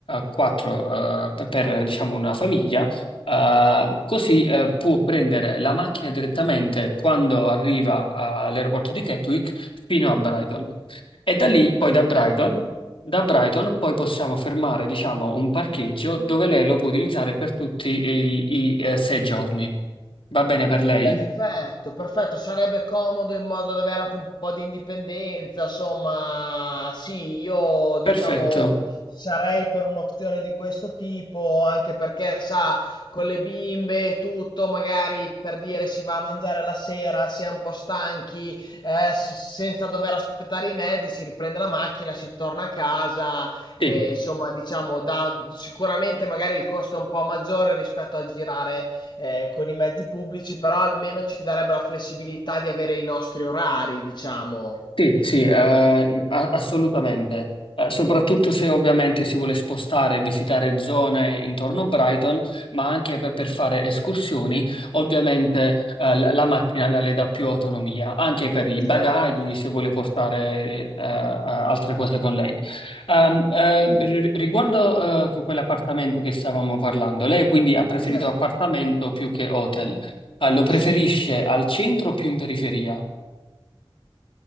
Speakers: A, on the left; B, on the left.
A: quattro, eh, per, per, diciamo, una famiglia. Uh, così eh, può prendere la macchina direttamente quando arriva all'aeroporto di Gatwick fino a Brighton. E da lì, poi
B: Perfetto,
A: da Brighton, da Brighton poi possiamo fermare, diciamo, un parcheggio dove lei lo può utilizzare per tutti i, i, eh, sei giorni. Va bene per lei?
B: perfetto, perfetto. Sarebbe comodo in modo da avere anche un po' di indipendenza. Insomma, sì, io diciamo
A: Perfetto.
B: sarei per un'opzione di questo tipo, anche perché, sa, con le bimbe e tutto, magari per dire si va a mangiare la sera, si è un po' stanchi, eh, s- senza dover aspettare i mezzi, si riprende la macchina, si torna a casa. e,
A: Sì.
B: insomma, diciamo, da, sicuramente magari il costo è un po' maggiore rispetto al girare eh, con i mezzi pubblici, però almeno ci darebbe la flessibilità di avere i nostri orari, diciamo.
A: Sì, sì, eh, a- assolutamente. Eh, soprattutto se ovviamente si vuole spostare e visitare zone intorno a Brighton, ma anche per, per fare escursioni, ovviamente eh, la la macchina la- le dà più autonomia, anche per i bagagli,
B: Certo,
A: se vuole portare eh, eh, altre cose con lei. Ehm, eh, ri- riguardo eh, que- quell'appartamento che stavamo parlando, lei quindi ha preferito
B: certo.
A: appartamento più che hotel. Eh, lo preferisce
B: Sì,
A: al centro o più in periferia?